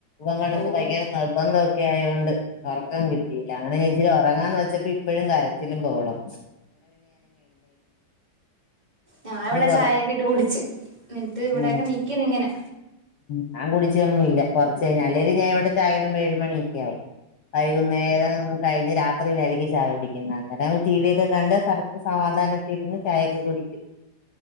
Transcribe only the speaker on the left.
വൻ കെടന്ന്
ഭയങ്കര നെർബന്ധംഅത് ക്കെയായൊ ണ്ട് ഒറക്കം കിട്ടിയില്ല അങ്ങനെഞാനിച്ചിരി ഒറങ്ങാന്ന് വെച്ചപ്പോ ഇപ്പഴും കരച്ചിലും ബഹളും
പിന്നെ കൊറ
ഉം
ഞാൻ കുടിച്ചൊന്നുമില്ല കൊറച്ച്കയിഞ്ഞ് അല്ലേലും ഞാൻ ഇവിടെ ചായക്കെണ്ടാക്ക ഏഴുമണി യ്ക്കാ വൈകുന്നേരം കയി ഞ്ഞ് രാത്രിയിലായിരിക്കും ചായ കുടിക്കുന്നെ അന്നേരം ടി വിയൊക്കെ കണ്ട് കട സമാധാനത്തിരുന്ന് ചായൊക്കെ കുടിക്ക്